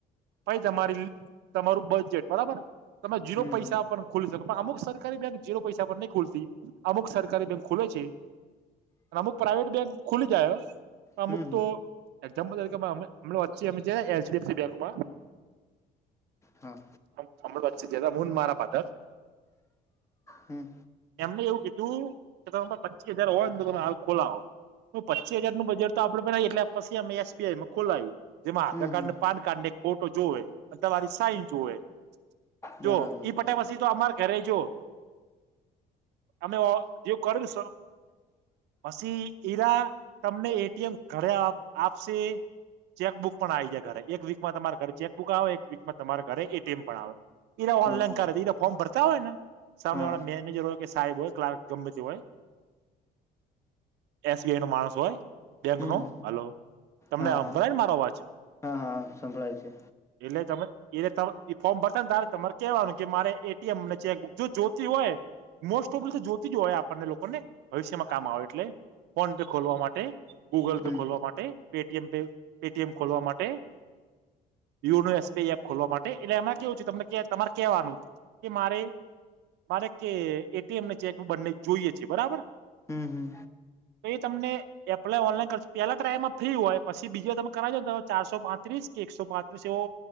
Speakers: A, on the right; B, on the left.
A: પાઈ તમારી તમારું બજેટ બરાબર. તમે જીરો
B: હમ
A: પૈસા પર ખોલી શકો પણ અમુક સરકારી બેંક જીરો પૈસા પર નહીં ખોલતી. અમુક સરકારી બેંક ખોલે છે. અને અમુક પ્રાઈવેટ બેંક ખોલી જાય અમુક
B: હમ
A: તો એક્ઝામ્પલ તરીકે પર અમે અમે છી અમે જયા એચ ડી એફ સી બેન્કમાં.
B: હા
A: આમ અમુ હું ને મારા ફાધર.
B: હમ્મ.
A: એમને એવું કીધું કે તમે પચી હજાર હોય ને તમે હાલ ખોલાવો. શું પચી હજારનું બજેટ આપડે એટલે પછી અમે એસ બી આઈ માં ખોલાયું. જેમાં આધાર
B: હમ હમ
A: કાર્ડ, પાન કાર્ડ ને એક ફોટો જોવે અને તમારી સાઈન જોવે. જો
B: બરાબર
A: ઈ પટ્યા
B: બરાબર
A: પછી તો અમાર ઘરે જો અમને ઓ જે કરું શે પસી ઈરા તમને એ ટી એમ ઘરે આપશે ચેકબુક પણ આવી જાય ઘરે એક વીકમાં તમારા ઘરે ચેકબુક આવ. એક વીકમાં તમારા ઘરે એ ટી એમ પણ આવે. ઈરા ઓનલાઈન
B: હા હા
A: કર દી. ઈરા ફોર્મ ભરતા હોય ને સામે
B: હા
A: વાળા મેનેજર હોય કે સાહેબ હોય ક્લાર્ક ગમેતે હોય. એસ બી આઈ નો માણસ હોય બેંકનો
B: હમ
A: હલો તમને
B: હા
A: આમ
B: હા
A: ભય ને મારો અવાજ.
B: હા હા. સંભળાય છે.
A: એટલે તમે એલે તમે ફોર્મ ભરતા ને તારે તમારે કેવાનું કે મારે એ ટી એમ ને ચેકબુક જો જોતી હોય મોસ્ટઓપલીતો જોતી જ હોય આપણને લોકોને ભવિષ્યમાં કામ આવે એટલે ફોન પે ખોલવા માટે, ગૂગલ
B: હમ
A: પે ખોલવા માટે પે ટી એમ પે એ ટી એમ ખોલવા માટે. YONO S B I app ખોલવા માટે એટલે એમાં કેવું છેું તમને કે તમારે કેવાનું કે મારે મારે કે એ ટી એમ ને ચેક બુક બંને જોઈએ છે બરાબર.
B: હમ હમ
A: તો એ તમને એપ્લાય ઓનલાઈન કરસે પેલા ટ્રાયમાં ફ્રી હોય પસી બીજા તમે કરાઇદયો તો ચારસો પાંત્રીસ કે એકસો પાંત્રીસ એવો